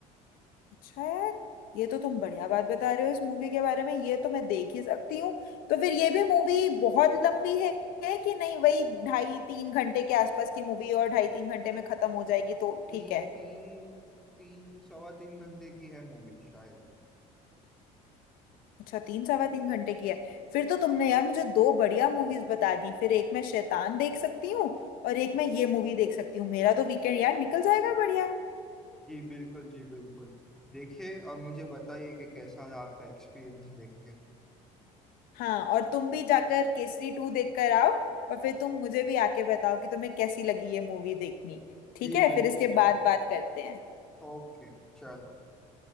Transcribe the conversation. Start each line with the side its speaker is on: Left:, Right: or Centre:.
Left: अच्छा यार ये तो तुम बढ़िया बात बता रहे हो इस मूवी के बारे में ये तो मैं देख ही सकती हूँ तो फिर ये भी मूवी बहुत लंबी है, है कि नहीं वही ढाई तीन घंटे के आसपास की मूवी और ढाई तीन घंटे में खत्म हो जाएगी तो
Centre: तीन
Left: ठीक है
Centre: तीन तीन सवा तीन घंटे की है मूवी शायद
Left: अच्छा तीन सवा तीन घंटे की है फिर तो तुमने यार मुझे दो बढ़िया मूवीज बता दी फिर एक मैं शैतान देख सकती हूँ और एक मैं ये मूवी देख सकती हूँ मेरा तो वीकेंड यार निकल जाएगा बढ़िया
Centre: जी बिल्कुल जी बिल्कुल देखिए और मुझे बताइए कि कैसा है आपका एक्सपीरियंस देख के
Left: हाँ और तुम भी जाकर केसरी टू देख कर आओ और फिर तुम मुझे भी आके बताओ कि तुम्हें कैसी लगी ये मूवी देखनी ठीक
Centre: जी
Left: है
Centre: बिल्कुल
Left: फिर इसके
Centre: जी
Left: बाद
Centre: बिल्कुल
Left: बात करते हैं
Centre: ओके चलो